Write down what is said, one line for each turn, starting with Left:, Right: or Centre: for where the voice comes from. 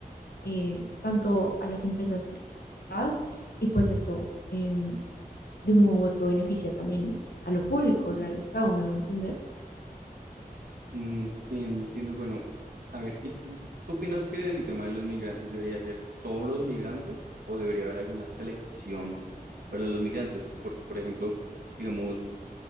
Left: eh, tanto a las empresas privadas y pues esto em, de un modo u otro beneficia también a lo público, o sea, al Estado, me voy a entender.
Right: Mm, Entiendo, entiendo. Bueno, a ver, ¿y tú, tú opinas que el tema de los migrantes debería ser todos los migrantes o debería haber alguna selección para los migrantes? Porque, por ejemplo, digamos,